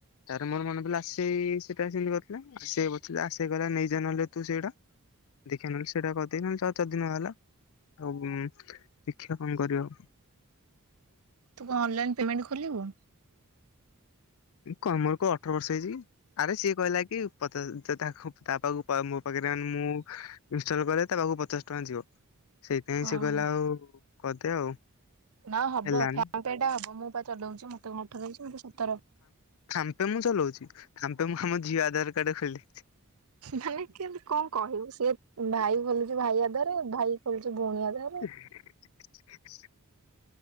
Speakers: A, on the left; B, on the right.
A: ତାର ମୋର ମନେପାଇଲା ଆସ <unintelligible> କରିଥିଲେ ନେଇଯା ନହଲେ ତୁ ସେଇଟା। ଦେଖିଆ ନେହେଲେ ସେଟା କରିଦେଇଥାନ୍ତ ଚ ଯଦିନ ହେଲା। ଆଉ ଦେଖିଆକଣ କରିବ।
B: ତୁ କଣ ଅନ୍ ଲାଇନ୍ ପେମେଣ୍ଟ ଖୋଲିଵୁ।
A: କମଳ କୁ ଅଠର ବର୍ଷ ହେଇଛି କି। ଆରେ ସିଏ କହିଲାକି ତାକୁ ତାପାଖକୁ ତା ମୋ ପାଖରେ ମୁଁ ଇନଷ୍ଟ୍ରାଲ କଲେ ତା ପାଖକୁ ପଚାଶ ଟଙ୍କା ଯିବ ସେଇଥିପାଇଁ
B: ଓହୋ
A: ସେ କହିଲା ଆଉ କରିଦେ ଆଉ।
B: ନା ହବ
A: ହେଲାନି
B: ଫୋନ୍ ଟେ ଟା ହବ, ମୁଁ ପା ଚଲଉଛି ମତେ କଣ ଅଠର ଦେଇଛି ମୋତେ ସତର।
A: ଖାମ, ପେମୁଁ ଚଲଉଛି ଖାମ୍ପେ ମୁଁ ଆମ ଝିଅ ଆଧାର କାର୍ଡରେ ଖୋଲିଦେଇଛି।
B: ମାନେ କେମତି କଣ କହିବୁ ସିଏ ଭାଇ ଖୋଲୁଛି ଭାଇ ଆଧାରରେ ଭାଇ ଖୋଲୁଛି ଭଉଣୀ ଆଧାରରେ।
A: <unintelligible>